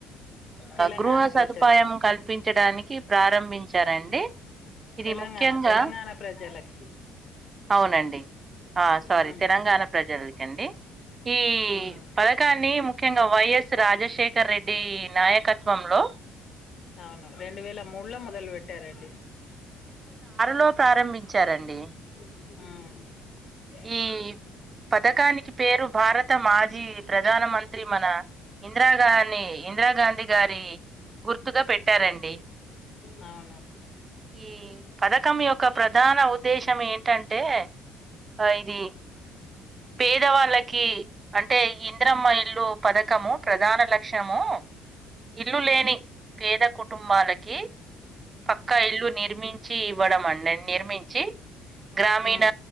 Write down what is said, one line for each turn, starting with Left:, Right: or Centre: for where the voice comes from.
Left: తెలంగాణ
Right: గృహ సదుపాయం
Left: ప్రజలకు
Right: కల్పించడానికి ప్రారంభించారండి ఇది
Left: తెలంగాణ
Right: ముఖ్యంగా
Left: తెలంగాణ ప్రజలకి
Right: అవునండి సారీ
Left: ఉమ్
Right: తెలంగాణ ప్రజలకండి ఈ
Left: ఉమ్
Right: పథకాన్ని ముఖ్యంగా వైయస్ రాజశేఖర్ రెడ్డి నాయకత్వంలో
Left: అవును రెండు వేల మూడులో మొదలు పెట్టారండి
Right: లో ప్రారంభించారండి
Left: మ్మ్
Right: ఈ పథకానికి పేరు భారత మాజీ ప్రధాన మంత్రి మన ఇందిరాగాని ఇందిరాగాంధీ గారి గుర్తుగా పెట్టారండి
Left: అవును
Right: ఈ పదకం యె క్క ప్రధాన ఉద్దేశం ఏంటంటే ఆ ఇది పేదవాళ్ళకి అంటే ఇందిరమ్మ ఇల్లు పధకము ప్రధాన ల క్ష్యము ఇల్లు లేని పేద కుటుంబాలకి పక్కా ఇల్లు నిర్మించి ఇవ్వడం అండి నిర్మించి గ్రామీణ
Left: ఉమ్ ఉమ్